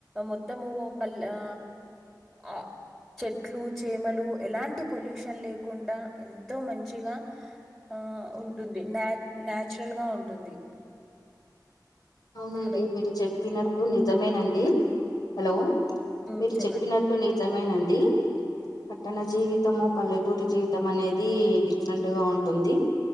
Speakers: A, in the centre; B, on the left.
A: మొత్తము పల్ ఆ ఆ చెట్లు చేమలు ఎలాంటి పొల్యూషన్ లేకుండా ఎంతో మంచిగా ఆ ఉంటుంది నా నాచురల్ గా ఉంటుంది
B: అవునండి
A: హలో
B: మీరు చెప్పినట్టు నిజమేనండి హలో
A: హ్మ్
B: మీరు
A: చెప్పండి
B: చెప్పినట్టు నిజమేనండీ పట్టణ జీవితము పల్లెటూరు జీవితం అనేది డిఫరెంట్‌గా ఉంటుంది.